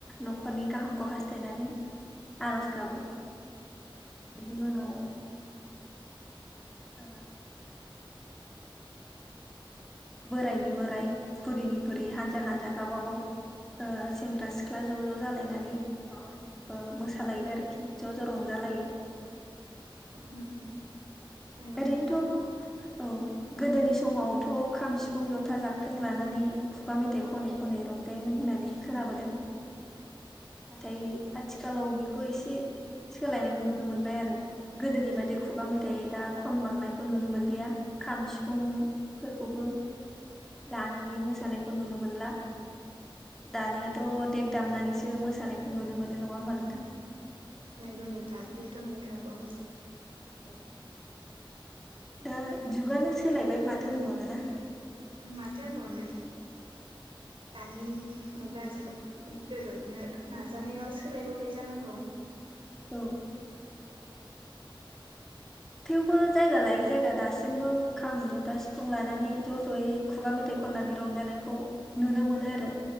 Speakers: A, in the centre; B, on the right.
A: न'खरनि गाहामखौ हास्थायनानै आर'ज गाबो बिनि उनाव ओ बोराइनि बोराइ बुरैनि बुरै हानजा हानजा गावबागाव ओ सेंग्रा सिख्ला ज' ज' जालायनानै माबायो ओ मोसालायो आरोखि ज' ज' रंजालायो।
B: अम नंगौ
A: ओरैनोथ'
B: नोंथां
A: औ गोदोनि समावथ' खाम सिफुं जथा जाबख्रें लानानै खुगा मेथाइ खनै खनै रंजायोमोन। होननानै खोनाबोदों।
B: <inaudible>
A: नाथाय आथिखालाव बेखौ एसे सोलायनायखौ नुनो मोनबाय आरो गोदोनि बायदि खुगा मेथाइ दा खन बांनायखौ नुनो मोनलिया। खाम सिफुंफोरखौबो लानानै मोसानायखौ नुनो मोनला दानियाथ' देग दामनानैसो सो मोसानायखौ नुनो मोनो नङा ओमबा नोंथां?
B: नंगौ नोंथां बेथ' नंखागौ।
A: औ। दा जुगानो सोलायबाय माथो होनबावनोना?
B: माथो होनबावनो दानि मुगाजों गोरोबनो नाजानायाव सोलायबोबाय जानांगौ।
A: औ थेवबो जायगा लायै जायगा दासिमबो खाम जथा सिफुं लानानै ज' ज'यै खुगा मेथाइखौ खननानै रंजानायखौ नुनो मोनो आरो